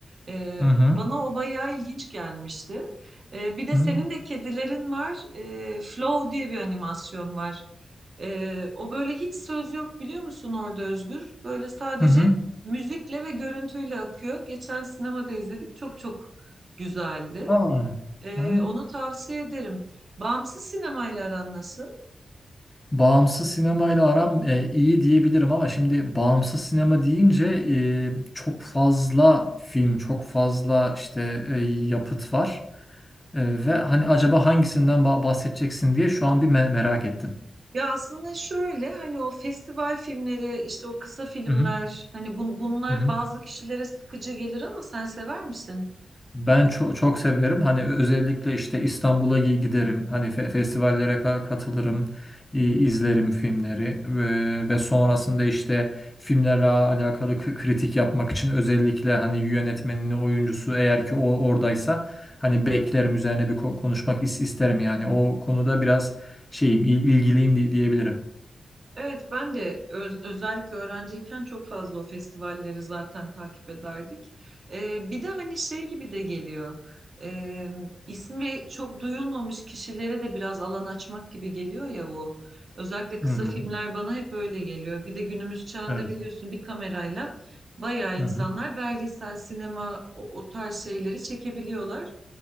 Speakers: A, on the right; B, on the left.
A: E,
B: Hı hı.
A: bana o bayağı ilginç gelmişti. E, bir de
B: Hı
A: senin de kedilerin var. E, Flow diye bir animasyon var. Ee, o böyle hiç söz yok biliyor musun orada Özgür? Böyle sadece
B: hı. hı.
A: müzikle ve görüntüyle akıyor. Geçen sinemada izledik. Çok çok güzeldi.
B: Aa.
A: Ee,
B: Ha.
A: onu tavsiye ederim. Bağımsız sinemayla aran nasıl?
B: Bağımsız sinemayla aram e, iyi diyebilirim ama şimdi bağımsız sinema deyince e, çok fazla film, çok fazla işte e, yapıt var. E, ve hani acaba hangisinden ba- bahsedeceksin diye şu an bir me- merak ettim.
A: Ya aslında şöyle hani o festival filmleri işte o kısa filmler
B: Hı hı.
A: hani bun- bunlar
B: Hı hı.
A: bazı kişilere sıkıcı gelir ama sen sever misin?
B: Ben çok çok severim. Hani özellikle işte İstanbul'a gi- giderim. Hani fe- festivallere ka- katılırım, i- izlerim filmleri ve, ve sonrasında işte filmlerle alakalı kı- kritik yapmak için özellikle hani yönetmenini, oyuncusu eğer ki o oradaysa hani beklerim üzerine bir ko- konuşmak is- isterim yani. O konuda biraz şeyim, il- ilgiliyim di- diyebilirim.
A: Evet ben de öz- özellikle öğrenciyken çok fazla o festivalleri zaten takip ederdik. Ee, bir de hani şey gibi de geliyor. Ee, ismi çok duyulmamış kişilere de biraz alan açmak gibi geliyor ya bu. Özellikle kısa
B: Hı hı.
A: filmler bana hep öyle geliyor. Bir de günümüz çağında
B: Evet.
A: biliyorsun bir kamerayla bayağı insanlar
B: Hı hı.
A: belgesel, sinema o, o tarz şeyleri çekebiliyorlar.